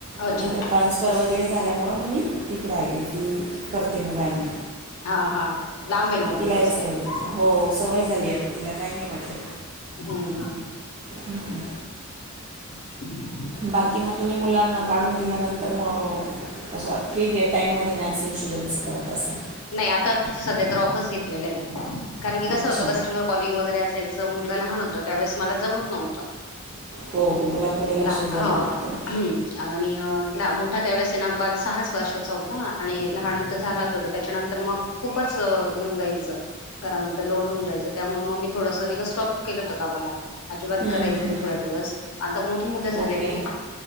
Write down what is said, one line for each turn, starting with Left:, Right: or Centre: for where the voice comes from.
Left: अच्छा
Right: नंतर ट्रान्सफर वगैरे झाल्यामुळे मग मी इकडं आले, अन ती करते मग व्हॅनने.
Left: हा हा. लांब आहे ना
Right: तिलाही
Left: खूपच
Right: सवय
Left: ते पण
Right: झाली, हो सवय झाली आता तिला काही नाही वाटत.
Left: हम्म हम्म
Right: हम्म हम्म.
Left: <unintelligible>
Right: बाकी मग तुम्ही मुलांना काढून दिल्यानंतर मग असं फ्री टाइम मध्ये मॅ च इंशुरन्सच करत असाल?
Left: नाही आता सध्या तर ऑफच घेतलेला आहे मी, कारण की कसं
Right: अच्छा
Left: होतं कस्टमर कॉलिंग वगैरे असय च मुलगा लहान होता त्यावेळेस मला जमत नव्हतं.
Right: हो हो मुलांकडे लक्षच
Left: लहान
Right: द्यावं
Left: हा
Right: लागतं
Left: आणि अ ना मोठा त्यावेळेस आहे ना पाच सहाच वर्षाचा होता आणि लहान आता झालाच होता, त्याच्यानंतर मग खूपच अ येऊन जायचं. घरामध्ये लोड होऊन जायचं, त्यामुळे मग मी थोडंसं नाई का स्टॉप केलं होतं कामाला. अजिबात
Right: हं,
Left: करायचं
Right: हं.
Left: नाही थोड्या दिवस, आता मोठी मुलं झालेत
Right: ओके
Left: ना.